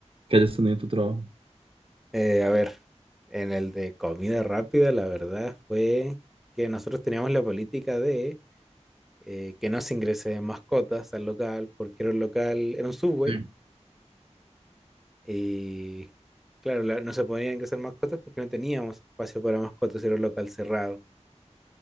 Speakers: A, on the right; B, in the centre.
A: que hayas tenido en tu trabajo.
B: Eh, a ver, en el de comida rápida, la verdad fue que nosotros teníamos la política de eh, que no se ingresen mascotas al local, porque era un local, era un subway,
A: Sí,
B: y claro, la- no se podían ingresar mascotas porque no teníamos espacio para mascotas, era un local cerrado.